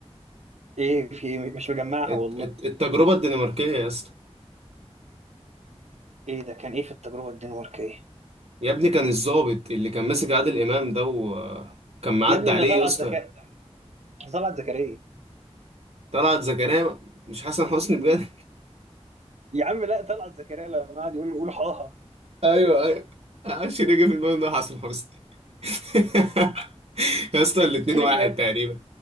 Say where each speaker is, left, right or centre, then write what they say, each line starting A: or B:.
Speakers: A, on the right; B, on the right.
A: ايه في إيه؟ مش مجمعها
B: الت...
A: والله
B: الت- التجربه الدنماركيه يا اسطى
A: ايه ده كان ايه في التجربة الدنماركية ايه
B: يا ابني كان الضابط اللي كان ماسك عادل امام ده وكان معدي
A: يا ابني
B: عليه
A: ده طلعت
B: يا اسطى
A: زكاء طلعت زكريا
B: طلعت زكريا مش حسن حسني بجد
A: يا عم لا طلعت زكريا لما قعد يقول له قول حاها
B: ايوه ايوه معرفش ليه جه في دماغي إنه حسن حسني <laughs> يا اسطى
A: شككتني
B: الاتنين واحد
A: في نفسي
B: تقريبا